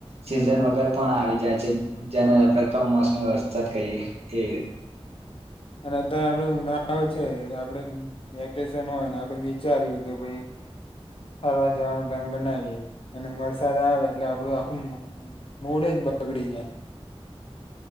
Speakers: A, on the right; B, on the left.
A: સીઝન વગર પણ આવી જાય છે જેનેણે કમોસમી વરસાદ કહીએ એ
B: અને ત આપડે ઉનાળ છે આપણેે વેકેશન હોય આપણે વિચારએ કે ભાઈ ફરવા જવાનું પ્લાન બનાવીએ અને વરસાદ આવે એટલે આપડું આખું મડ જ બગડી જાય